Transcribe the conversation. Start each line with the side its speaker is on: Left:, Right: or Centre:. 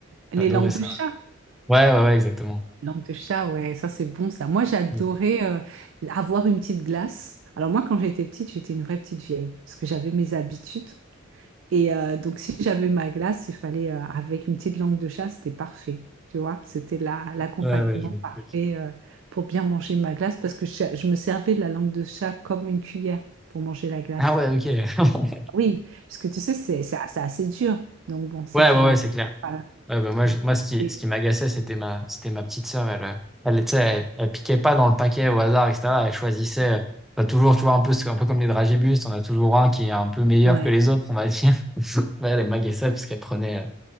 Right: Les
Centre: J'ai adoré
Right: langues
Centre: ça.
Right: de chat.
Centre: Ouais, ouais, ouais, exactement.
Right: Langues de chat, ouais, ça c'est bon ça. Moi, j'adorais
Centre: Ouais,
Right: euh, avoir une petite glace. Alors moi, quand j'étais petite, j'étais une vraie petite vieille, parce que j'avais mes habitudes. Et euh, donc, si j'avais ma glace, il fallait, euh, avec une petite langue de chat, c'était parfait. Tu vois, c'était la- l'accompagnement
Centre: ouais, je vois le
Right: parfait
Centre: truc.
Right: euh, pour bien manger ma glace, parce que je, je me servais de la langue de chat comme une cuillère pour manger la glace.
Centre: Ah ouais, ok. <laughs>
Right: Oui, parce que tu sais, c'est c'est assez, assez dur. Donc bon, si
Centre: Ouais,
Right: tu
Centre: ouais,
Right: vas...
Centre: ouais, c'est clair.
Right: Voilà.
Centre: Ouais, bah, moi,
Right: Donc,
Centre: je- moi, ce qui,
Right: oui.
Centre: ce qui m'agaçait, c'était ma, c'était ma petite sœur. Elle, euh, elle, tu sais, elle, elle piquait pas dans le paquet au hasard, etc. Elle choisissait, euh, t'as toujours, tu vois, un peu, un peu comme les dragibus, t'en as toujours un qui est un peu meilleur
Right: ouais.
Centre: que les autres, on va dire. <laughs> Ouais, Elle, m'agaçait parce qu'elle prenait, euh,